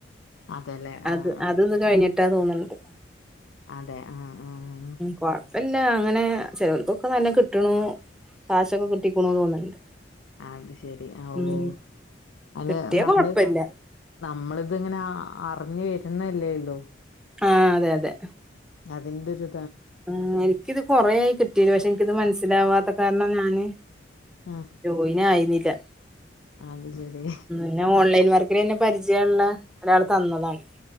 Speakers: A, on the left; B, in the centre.
A: അതെല്ലേ ആഹ്.
B: അത് അത് ഇത് കഴിഞ്ഞിട്ടാ തോന്ന്ണ്‌ണ്ട്
A: അതെ ആഹ് ആഹ് ഉം
B: കൊഴപ്പില്ല അങ്ങനെ ചെലവുകൾക്കൊക്കെ നല്ല കിട്ടണു കാശൊക്കെ കിട്ടിക്കുണു തോന്ന്ണ്ട്
A: അത് ശെരി അ
B: ഉം
A: ഓ അത്
B: കിട്ടിയ
A: നമ്മള്
B: കൊഴപ്പില്ല
A: നമ്മളിത്ങ്ങന അറിഞ് വരുന്നല്ലേള്ളു
B: ആഹ് അതെ അതെ
A: അതിന്റോരു
B: ആഹ് എനിക്കിത് കൊറയായി കിട്ടീട്ട് പക്ഷെ എനിക്കിത് മനസ്സിലാവാത്ത കാരണം ഞാന്
A: ആഹ്
B: ജോയിനായിനില്ല
A: അത് ശരി
B: അങ്ങനെ ഓൺലൈൻ വർക്കിനെന്നെ പരിചയൊള്ള ഒരാൾ തന്നതായി